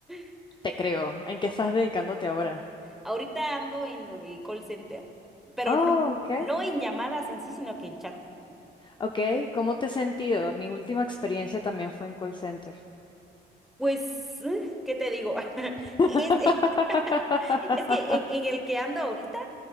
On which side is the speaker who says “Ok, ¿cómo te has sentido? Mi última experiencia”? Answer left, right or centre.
Left